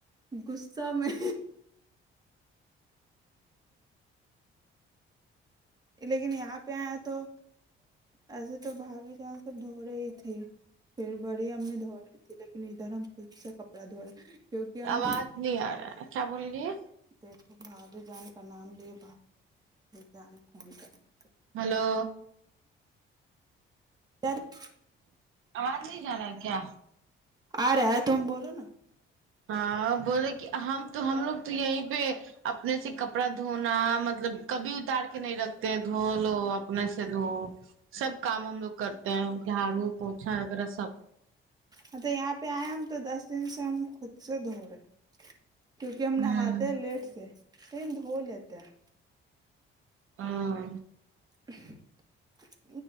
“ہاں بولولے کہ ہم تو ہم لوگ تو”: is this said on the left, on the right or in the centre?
Right